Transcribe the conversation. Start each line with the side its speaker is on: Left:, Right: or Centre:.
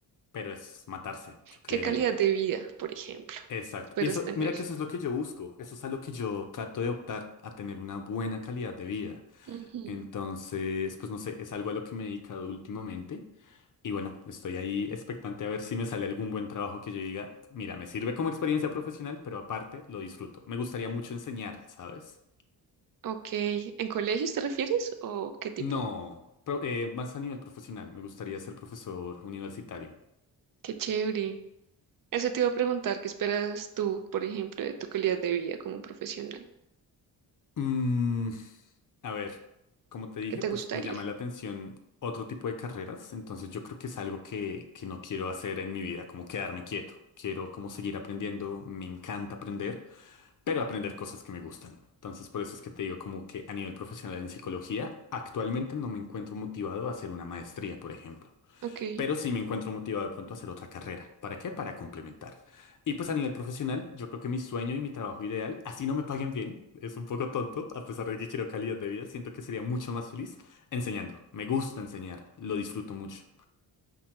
Left: Pero es matarse, yo creería.
Right: ¿qué calidad de vida, por ejemplo,
Left: Exacto.
Right: esperas
Left: Y eso,
Right: tener?
Left: mira que eso es lo que yo busco. Eso es a lo que yo trato de optar, a tener una buena calidad de vida.
Right: Ujú.
Left: Entonces, pues no sé, es algo a lo que me he dedicado últimamente. Y bueno, estoy ahí expectante a ver si me sale algún buen trabajo que yo diga, mira, me sirve como experiencia profesional, pero aparte lo disfruto. Me gustaría mucho enseñar, ¿sabes?
Right: Ok, ¿en colegios te refieres o qué tipo?
Left: No, pro- eh, más a nivel profesional, me gustaría ser profesor universitario.
Right: Qué chévere. Eso te iba a preguntar, ¿qué esperas tú, por ejemplo, de tu calidad de vida como profesional?
Left: Mm, a ver, como te dije,
Right: ¿Qué te
Left: pues
Right: gustaría?
Left: me llama la atención otro tipo de carreras, entonces yo creo que es algo que, que no quiero hacer en mi vida, como quedarme quieto. Quiero como seguir aprendiendo, me encanta aprender, pero aprender cosas que me gustan. Entonces por eso es que te digo como que a nivel profesional en psicología, actualmente no me encuentro motivado a hacer una maestría, por ejemplo.
Right: Ok,
Left: Pero sí me encuentro motivado de pronto a hacer otra carrera. ¿Para qué? Para complementar. Y pues a nivel profesional, yo creo que mi sueño y mi trabajo ideal, así no me paguen bien, es un poco tonto, a pesar de que quiero calidad de vida, siento que sería mucho más feliz enseñando. Me gusta enseñar, lo disfruto mucho.